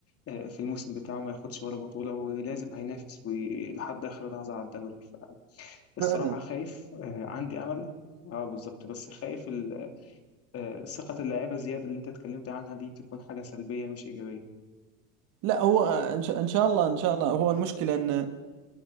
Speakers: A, on the left; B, on the right.
A: آه، في الموسم بتاعه ما ياخدش ولا بطولة ولازم هينافس وي- لحد آخر لحظة على الدوري فالصراحة
B: فعلا
A: خايف آه، عندي أمل اه بالظبط بس خايف ال- آه، ثقة اللعيبة زيادة اللي أنت اتكلمت عنها دي تكون حاجة سلبية مش إيجابية
B: لا هو إن شاء إن شاء الله إن شاء الله هو المشكلة أن